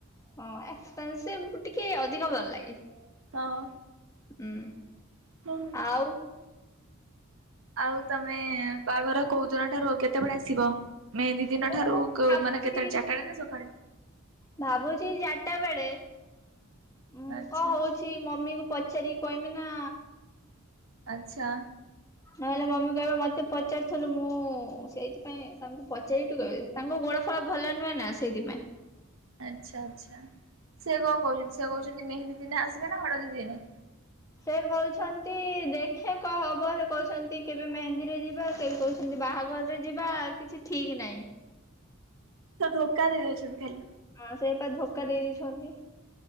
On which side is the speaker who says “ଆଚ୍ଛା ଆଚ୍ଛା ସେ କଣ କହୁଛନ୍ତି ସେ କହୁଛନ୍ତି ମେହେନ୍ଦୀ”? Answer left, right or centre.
Right